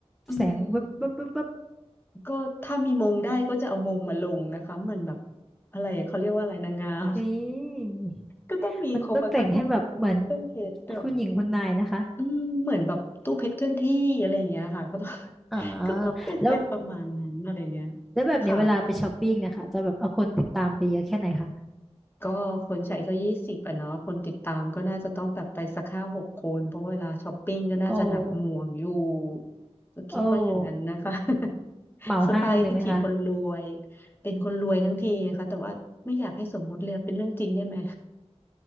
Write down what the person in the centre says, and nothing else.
แสงวับวับวับวับ
นี่
มันต้องแต่งให้แบบเหมือน
คุณหญิงคุณนายนะคะ
อ๋อ
แล้ว แล้วแบบเนี้ยเวลาไปช้อปปิ้งนะคะจะแบบเอาคนติดตามไปเยอะแค่ไหนคะ
โอ้
โอ้
เหมาห้างเลยไหมคะ